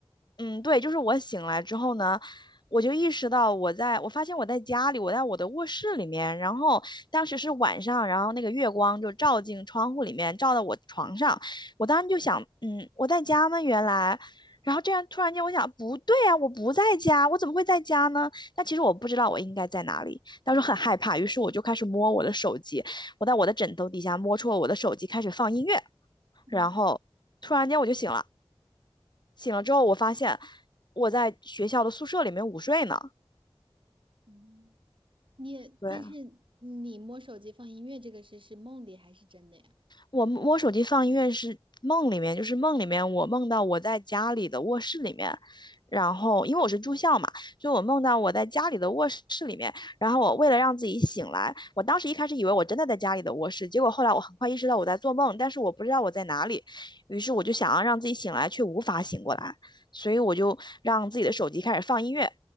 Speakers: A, on the left (about 50°); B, on the right (about 60°).
A: 嗯，对，就是我醒来之后呢，我就意识到我在，我发现我在家里，我在我的卧室里面，然后当时是晚上，然后那个月光就照进窗户里面，照到我床上，我当时就想，嗯，我在家吗？原来，然后这样突然间我想，不对啊，我不在家，我怎么会在家呢？但其实我不知道我应该在哪里，当时很害怕，于是我就开始摸我的手机，我在我的枕头底下摸出了我的手机，开始放音乐，
B: 嗯
A: 然后突然间我就醒了。醒了之后，我发现我在学校的宿舍里面午睡呢。
B: 嗯，你也但是你摸手机放音乐这个事是梦里还是真的呀？
A: 对，我我手机放音乐是梦里面，就是梦里面我梦到我在家里的卧室里面，然后因为我是住校嘛，所以我梦到我在家里的卧室里面，然后我为了让自己醒来，我当时一开始以为我真的在家里的卧室，结果后来我很快意识到我在做梦，但是我不知道我在哪里，于是我就想要让自己醒来，却无法醒过来，所以我就让自己的手机开始放音乐，